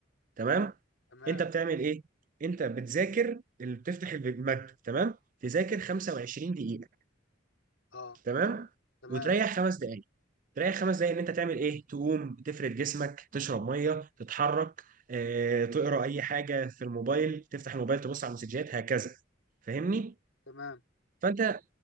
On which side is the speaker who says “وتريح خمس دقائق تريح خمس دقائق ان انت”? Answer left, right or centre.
Right